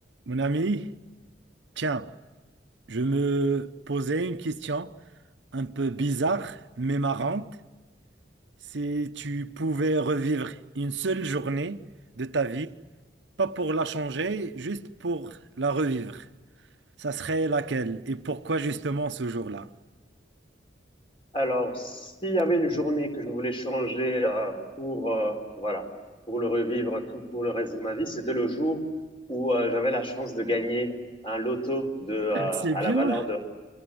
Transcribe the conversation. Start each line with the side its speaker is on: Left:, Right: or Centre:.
Right: Mon ami, tiens, je me posais une question un peu bizarre mais marrante. Si tu pouvais revivre une seule journée de ta vie, pas pour la changer, juste pour la revivre, ça serait laquelle et pourquoi justement ce jour-là?
Left: Alors, s'il y avait une journée que je voulais changer euh, pour euh, voilà, pour le revivre tout pour le reste de ma vie, c'était le jour où euh, j'avais la chance de gagner un loto de euh,
Right: C'est
Left: à
Right: bien.
Left: la valeur de